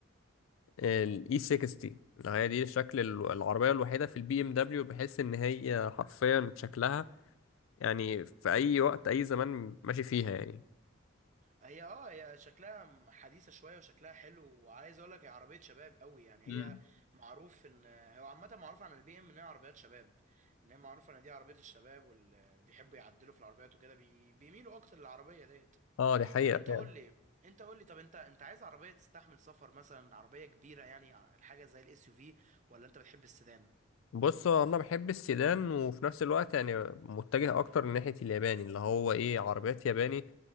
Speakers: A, on the left; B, on the right.
A: الاي 60 هي دي شكل ال- العربية الوحيدة في البي ام دبليو بحيث ان هي حرفيا شكلها يعني في اي وقت اي زمان ماشي فيها يعني
B: هي اه هي شكلها م- حديثة شوية وشكلها حلو وعايز اقول لك هي عربية شباب قوي يعني هي
A: امم
B: معروف ان هو عامة معروف عن البي ام ان هي عربيات شباب ان هي معروفة ان دي عربية الشباب واللي بيحبوا يعدلوا في العربيات وكده بي... بيميلوا اكتر للعربية ديت
A: اه دي حقيقة
B: طب انت
A: فعلا
B: قول لي انت قول لي طب انت انت عايز عربية تستحمل سفر مثلا عربية كبيرة يعني ع- حاجة زي الاس يو في ولا انت بتحب السيدان
A: بص هو انا بحب السيدان وفي نفس الوقت يعني متجه اكتر ناحية الياباني اللي هو ايه عربيات ياباني